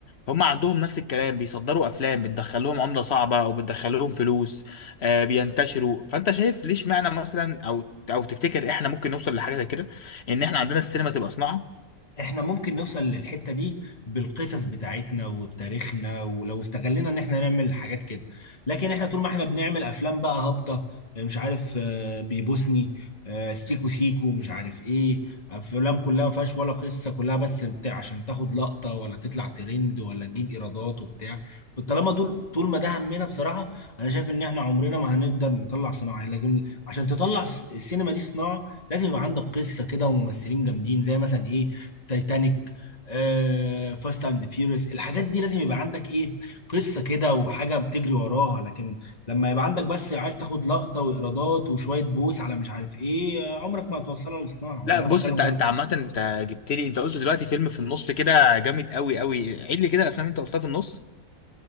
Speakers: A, on the left; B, on the left.
A: هم عندهم نفس الكلام بيصدروا افلام بتدخل لهم عملة صعبة او بتدخل لهم فلوس آه، بينتشروا فانت شايف ليش معنى مثلا او او تفتكر احنا ممكن نوصل لحاجة زي كده ان احنا عندنا السينما تبقى صناعة
B: احنا ممكن نوصل للحتة دي بالقصص بتاعتنا وبتاريخنا ولو استغلنا ان احنا نعمل حاجات كده لكن احنا طول ما احنا بنعمل افلام بقى هابطة مش عارف آه، بيبوسني آه، سيكو سيكو مش عارف ايه افلام كلها ما فيهاش ولا قصة كلها بس الت- عشان تاخد لقطة ولا تطلع ترند ولا تجيب ايرادات وبتاع طالما دول طول ما ده همنا بصراحة انا شايف ان احنا عمرنا ما هنقدر نطلع صناعة يعني لكن عشان تطلع الس- السينما دي صناعة لازم يبقى عندك قصة كده وممثلين جامدين زي مثلا ايه تايتانيك آه، فاست اند فيوريوس الحاجات دي لازم يبقى عندك ايه قصه كده وحاجه بتجري وراها لكن لما يبقى عندك بس عايز تاخد لقطه وايرادات وشويه بوس على مش عارف ايه آه، عمرك ما هتوصلها للصناعه
A: لا
B: ولا انا
A: بص
B: بتكلم
A: انت
B: غلط
A: انت عامة انت جبت لي انت قلت دلوقتي فيلم في النص كده جامد قوي قوي عيد لي كده الافلام انت قلتها في النص